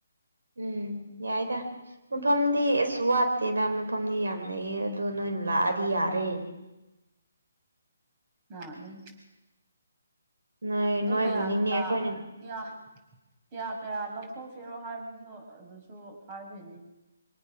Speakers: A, on the right; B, on the right.
A: ꯎꯝ ꯌꯥꯏꯗ ꯃꯐꯝꯗꯤ ꯑꯁ ꯋꯥꯠꯇꯦꯗ ꯃꯐꯝꯗꯤ ꯌꯥꯝ ꯂꯩꯩꯌꯦ ꯑꯗꯣ ꯅꯣꯏꯅ ꯂꯥꯛꯑꯗꯤ ꯌꯥꯔꯦ
B: ꯂꯥꯑꯅꯤ
A: ꯅꯣꯏ
B: <unintelligible>
A: ꯅꯣꯏꯕꯨꯅꯤꯅꯦ
B: ꯀ꯭ꯌꯥ
A: ꯑꯩꯈꯣꯏꯅ
B: ꯀꯌꯥ ꯀꯌꯥ ꯂꯧꯊꯣꯛꯁꯤꯔꯣ ꯍꯥꯏꯕꯁꯨ ꯑꯗꯨꯁꯨ ꯍꯥꯏꯗꯣꯏꯅꯤ